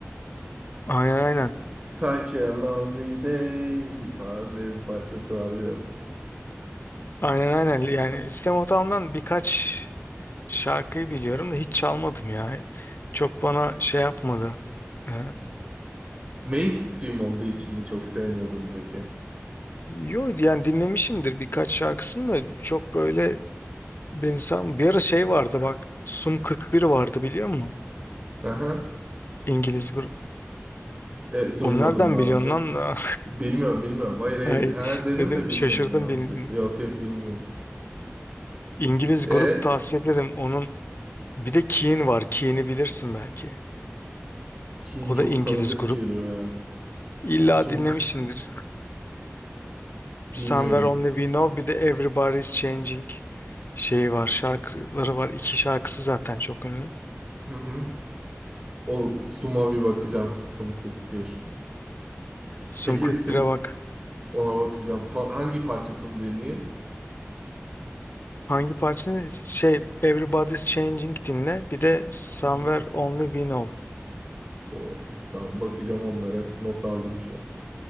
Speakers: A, on the left; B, on the right.
A: Aynen aynen.
B: Such a lonely day falan diye bir parçası vardı ya.
A: Aynen aynen. Yani System of Down'dan birkaç şarkıyı biliyorum da hiç çalmadım ya. Çok bana şey yapmadı. Ee,
B: Mainstream olduğu için mi çok sevmiyordun peki?
A: yo yani dinlemişimdir birkaç şarkısını da çok böyle beni sarm- Bir ara şey vardı bak. Sum 41 vardı biliyor musun?
B: Aha,
A: İngiliz grup.
B: e, duymadım
A: Onlardan
B: daha
A: biliyorsun
B: önce.
A: lan da.
B: Bilmiyorum bilmiyorum. Hayır
A: <laughs>
B: hayır.
A: Ay,
B: Ha dedim
A: dedim
B: de bilmiyorum
A: şaşırdım
B: yani. Onu
A: bildiğini.
B: se- Yok yok bilmiyorum.
A: İngiliz
B: E
A: grup tavsiye ederim. Onun bir de Keane var. Keane'i bilirsin belki.
B: Keen
A: O
B: çok
A: da İngiliz
B: tanıdık
A: grup.
B: geliyor ya.
A: İlla
B: Sum
A: dinlemişsindir.
B: bilmiyorum.
A: Somewhere Only We Know bir de Everybody's Changing şeyi var. Şarkıları var. İki şarkısı zaten çok ünlü.
B: Hı hı. O Sum'a bir bakacağım. Sum 41.
A: Sun
B: Peki
A: 41'e
B: sırf
A: bak.
B: ona bakacağım. Fa- hangi parçasını dinleyeyim?
A: Hangi parçanı? Şey Everybody's Changing dinle. Bir de Somewhere
B: Hı.
A: Only We Know.
B: O tamam bakacağım onlara. Not aldım şu an.